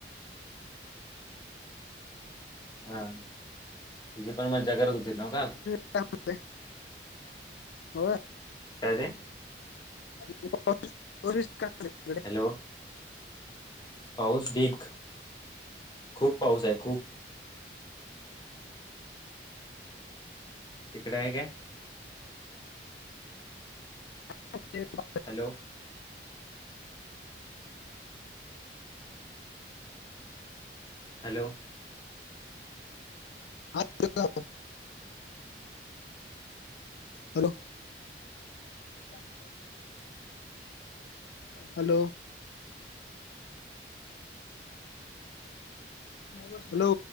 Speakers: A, on the left; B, on the left.
A: हा तुझी पण मज्जा करत होती नव का?
B: <inaudible> हो
A: काय रे
B: <inaudible>
A: हॅलो पाऊस ढीग खूप पाऊस आहे खूप तिकडे आहे काय
B: <inaudible>
A: hello hello
B: <inaudible> hello <inaudible> hello hello